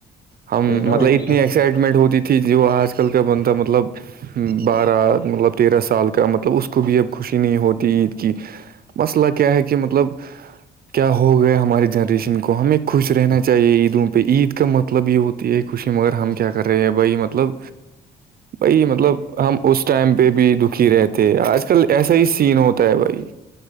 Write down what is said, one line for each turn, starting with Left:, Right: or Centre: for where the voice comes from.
Right: ہم
Left: وہی نا
Right: مطلب
Left: وہی
Right: اتنی
Left: سب
Right: ایکسائٹمنٹ ہوتی تھی جو آج کل کا بندتا مطلب بارہ مطلب تیرہ سال کا مطلب اس کو بھی اب خوش نہیں ہوتی عید کی مسئلہ کیا ہے کہ مطلب کیا ہو گیا ہمارے جنریشن کو ہمیں خوش رہنا چاہیے عیدوں پہ عید کا مطلب یہ ہو تو یہی خوشی مگر ہم کیا کر رہے ہیں بھائی مطلب بائی مطلب ہم اس ٹائم پہ بھی دکھی رہتے آج کل ایسا ہی سین ہوتا ہے بھائی